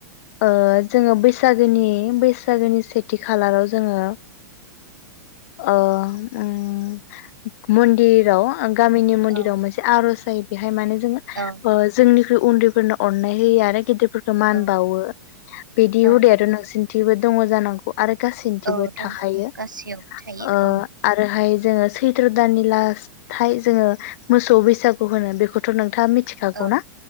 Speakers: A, on the left; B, on the right.
A: ओ जोङो बैसागोनि बैसागोनि सेथि खालाराव जोङो ओ उम मुन दिराव गामिनि मन्दिराव
B: औ
A: मोनसे आरज जायो बेहाय माने जों
B: औ
A: ओ जोंनि उन्दैफोरनो अननाय होयो आरो गिदिफ फोरखो मान
B: औ
A: बावो बिदि
B: औ
A: हुदायाथ'
B: नंगौ
A: नोंसिनिथिबो दङ जानांगौ। आरो गासैनिथिबो
B: औ दङ
A: थाखायो
B: गासैयावबो थायो
A: ओ
B: औ
A: आरोहाय जोङो सैथ्र दाननि लास्थाय जोङो मोसौ बैसागु होनो बेखौथ' नों था मिथिखागौना
B: औ